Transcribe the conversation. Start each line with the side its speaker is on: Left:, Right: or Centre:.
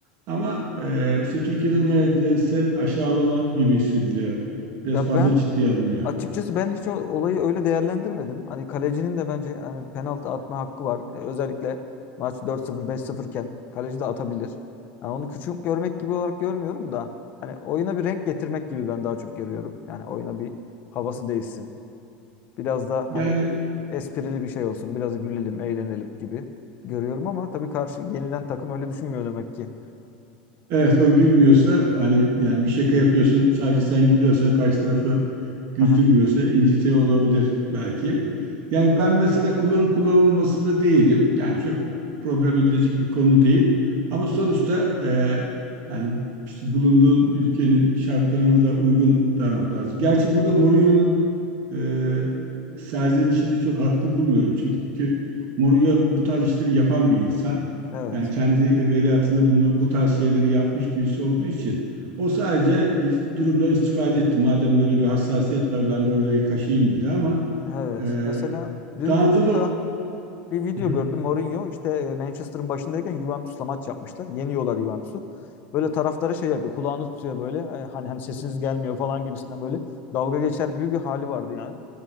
Right: Ama e, işte Türkiye'de neredeyse aşağılama gibi hissediliyor. Biraz
Left: Ya
Right: fazla
Left: ben
Right: ciddiye alınıyor.
Left: açıkçası ben hiç o- olayı öyle değerlendirmedim. Hani kalecinin de bence hani penaltı atma hakkı var. E, özellikle maç 4-0 5-0 iken kaleci de atabilir. Yani onu küçük görmek gibi olarak görmüyorum da hani oyuna bir renk getirmek gibi ben daha çok görüyorum. Yani oyuna bir havası değişsin. Biraz da
Right: Yani
Left: hani esprili bir şey olsun. Biraz gülelim, eğlenelim gibi görüyorum ama tabii karşı yenilen takım öyle düşünmüyor demek ki.
Right: Evet o gülmüyorsa hani yani bir şaka yapıyorsun sadece sen gülüyorsan karşı tarafı güldürmüyorsa
Left: Aha.
Right: incitiyor olabilir belki. Yani ben mesela kullanıp kullanılmasında değilim. Yani çok problem edilecek bir konu değil. Ama
Left: Hı hı.
Right: sonuçta eee, yani işte bulunduğun ülkenin şartlarına da uygun davranmak lazım. Gerçi burada Mourinho'nun e, serzenişini çok haklı bulmuyorum. Çünkü Mourinho bu tarz işleri yapan bir insan.
Left: Evet.
Right: Yani kendi evveliyatında bunu bu tarz şeyleri yapmış birisi olduğu için o sadece e, durumdan istifade etti. Madem böyle bir hassasiyet var ben de orayı kaşıyayım dedi ama
Left: Evet.
Right: e,
Left: Mesela dün
Right: daha
Left: YouTube'da
Right: önce de
Left: bir video
Right: Hı hı.
Left: gördüm. Mourinho işte e, Manchester'ın başındayken Juventus'la maç yapmışlar. Yeniyorlar Juventus'u. Böyle taraftarı şey yapıyor. Kulağını tutuyor böyle. E, Hani hani sesiniz gelmiyor falan gibisinden böyle dalga geçer gibi bir hali vardı yani.